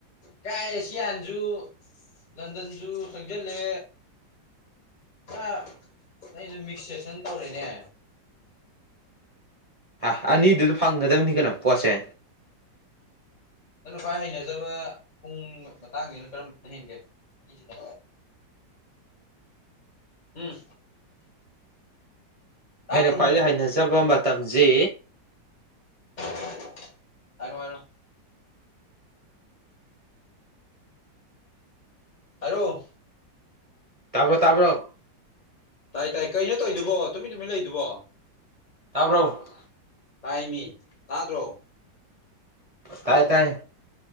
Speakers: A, on the left (about 25°); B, on the right (about 30°).
A: ꯀꯥꯏ ꯑꯦꯁꯤꯌꯥꯟꯁꯨ ꯂꯟꯗꯟꯁꯨ ꯆꯪꯁꯤꯜꯂꯦ ꯑ ꯅꯩꯗꯨ ꯃꯤꯛꯁ ꯁꯦꯁꯟ ꯇꯧꯔꯦꯅꯦ
B: ꯑ ꯑꯅꯤꯗꯨꯗ ꯐꯪꯒꯗꯕꯅꯤ ꯀꯩꯅꯣ ꯄꯣꯠꯁꯦ
A: ꯅꯪꯅ ꯈ꯭ꯋꯥꯏ ꯍꯩꯅꯖꯕ ꯄꯨꯡ ꯃꯇꯥꯡꯁꯤꯅ ꯀꯔꯝꯝꯕꯅ ꯍꯦꯟꯒꯦ ꯑꯅꯤꯁꯤꯗ ꯎꯝ ꯇꯥꯗ꯭ꯔꯣ
B: ꯑꯩꯅ ꯈ꯭ꯋꯥꯏꯗꯩ
A: ꯃꯤ
B: ꯍꯩꯅꯖꯕ ꯃꯇꯝꯁꯤ
A: <unintelligible> ꯍꯥꯏꯔꯣ ꯍꯥꯏꯔꯣ ꯍꯥꯏꯔꯛꯑꯣ
B: ꯇꯥꯕ꯭ꯔꯣ ꯇꯥꯕ꯭ꯔꯣ
A: ꯇꯥꯏ ꯇꯥꯏ ꯀꯩꯅꯣ ꯇꯧꯔꯝꯗꯨꯕꯣ ꯇꯨꯃꯤꯟ ꯇꯨꯃꯤꯟ ꯂꯩꯗꯨꯕꯣ
B: ꯇꯥꯕ꯭ꯔꯣ
A: ꯇꯥꯏꯃꯤ ꯇꯥꯗ꯭ꯔꯣ
B: ꯇꯥꯏ ꯇꯥꯏ